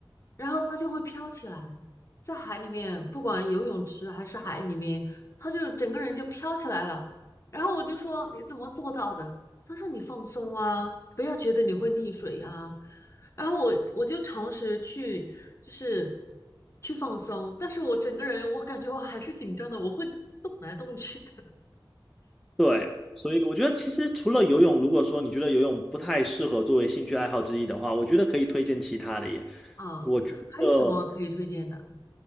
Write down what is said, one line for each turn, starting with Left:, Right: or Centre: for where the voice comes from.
Left: 然后它就会飘起来，在海里面，不管游泳池还是海里面，它就整个人就飘起来了。然后我就说你怎么做到的？他说你放松啊，不要觉得你会溺水啊。然后我我就尝试去就是去放松，但是我整个人我感觉我还是紧张的，我会动来动去的。<laughs>
Centre: 对，所以我觉得其实除了游泳，如果说你觉得游泳不太适合作为兴趣爱好之一的话，我觉得可以推荐其他的耶，
Left: 啊，
Centre: 我觉得。
Left: 还有什么可以推荐的？